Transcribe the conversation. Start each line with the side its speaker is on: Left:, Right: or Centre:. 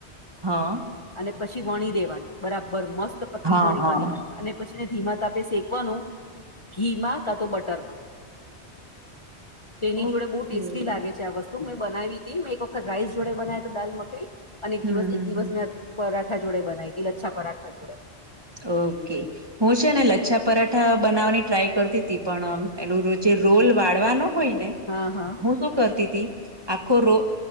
Right: હા.
Left: અને પછી વણી દેવાની બરાબર મસ્ત પતલી
Right: હા
Left: વણીવાની.
Right: હા
Left: અને પછી ધીમા તાપે શેકવાનું, ઘીમાં કા તો બટરમાં.
Right: <inaudible>
Left: તો એની
Right: ઓકે
Left: જોડે બહુ ટેસ્ટી
Right: હમ
Left: લાગે છે. આ વસ્તુ મેં બનાવી હતી મેં એક વખત રાઈસ જોડે બનાવ હતા દાલ મખરી, અને એક
Right: હમ
Left: દિવસ
Right: હમ
Left: એક દિવસ મેં પરાઠા જોડે બનાવી હતી લચ્છા પરાઠા જોડે.
Right: ઓકે. હું છે ને લચ્છા પરાઠા બનાવવાની ટ્રાય કરતી હતી પણમ એલ જે રોલ વાળવાનો હોય ને.
Left: હા હા.
Right: હું શું કરતી તી. આખો રો